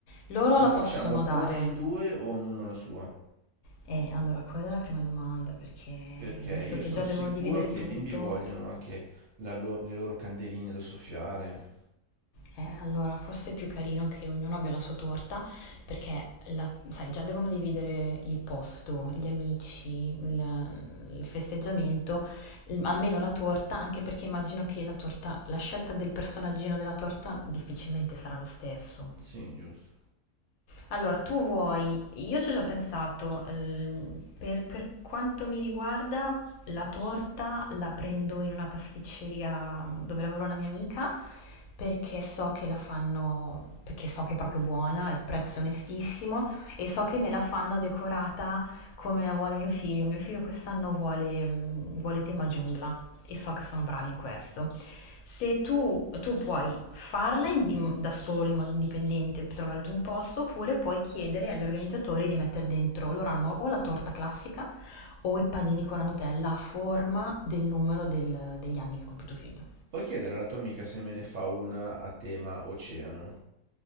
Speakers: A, on the left; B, on the right.
A: Loro
B: Ne
A: la
B: facciamo
A: possono dare.
B: una in due o ognuno la sua?
A: E allora, quella è la prima domanda, perché
B: Perché
A: visto
B: io
A: che
B: sono
A: già
B: sicuro
A: devono dividere
B: che
A: tutto,
B: i bimbi vogliono anche la lo- le loro candeline da soffiare.
A: Eh, allora, forse è più carino che ognuno abbia la sua torta, perché la- sai, già devono dividere il posto, gli amici, il, il festeggiamento, il- almeno la torta, anche perché immagino che la torta, la scelta del personaggino della torta difficilmente sarà lo stesso.
B: Sì, giusto.
A: Allora, tu vuoi, io ci ho già pensato, ehm, per, per quanto mi riguarda, la torta la prendo in una pasticceria mm, dove lavora una mia amica perché so che la fanno, perché so che è proprio buona, il prezzo è onestissimo e so che me la fanno decorata come la vuole mio figlio. Mio figlio quest'anno vuole, mm, vuole tema giungla e so che sono bravi in questo. Se tu, tu puoi farla in- da solo in modo indipendente, trovare tu un posto, oppure puoi chiedere agli organizzatori di mettere dentro, loro hanno o la torta classica o i panini con la Nutella a forma del numero del- degli anni che compie tuo figlio.
B: Puoi chiedere alla tua amica se me ne fa una a tema oceano?